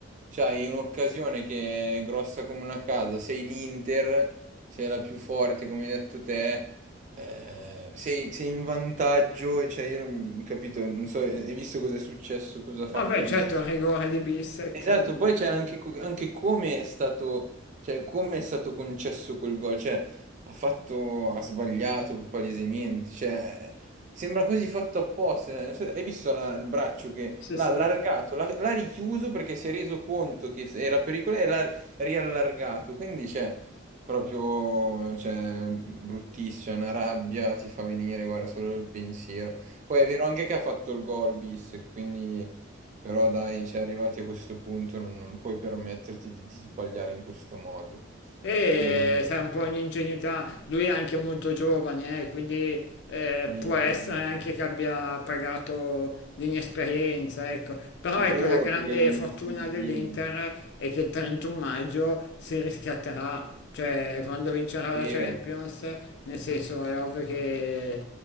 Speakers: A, on the right; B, on the left.
A: c'hai un'occasione che è grossa come una casa, sei l'Inter, sei la più forte come hai detto te, eh, sei, sei in vantaggio, e, cioè io non capito, non so, hai visto cosa è successo, cosa ha fatto
B: No, beh,
A: Bis?
B: certo, il rigore di Bissek.
A: Esatto,
B: eh,
A: poi c'è anche, co- anche come è stato, cioè, come è stato concesso quel gol, cioè, ha fatto, ha sbagliato palesemente, cioè, sembra quasi fatto apposta, eh, non so- hai visto la- il braccio che
B: Sì,
A: l'ha
B: sì.
A: allargato, l'ha l'ha richiuso perché si è reso conto che se- era pericoloso e l'ha riallargato, quindi c'è proprio, cioè, bruttissima, una rabbia ti fa venire, guarda, solo il pensiero. Poi è vero anche che ha fatto il gol bis, quindi... Però dai, cioè, arrivati a questo punto non, non puoi permetterti di, di sbagliare in questo modo.
B: E
A: E,
B: sarà un po' un'ingenuità, lui è anche molto giovane, eh, quindi eh,
A: niente,
B: può essere
A: non
B: anche
A: so.
B: che abbia pagato l'inesperienza, ecco. Però
A: sicuro
B: ecco, la grande
A: perché non
B: fortuna
A: è istintivo,
B: dell'Inter è che il 31 maggio si riscatterà, cioè quando vincerà
A: vero,
B: la Champions, nel senso è ovvio che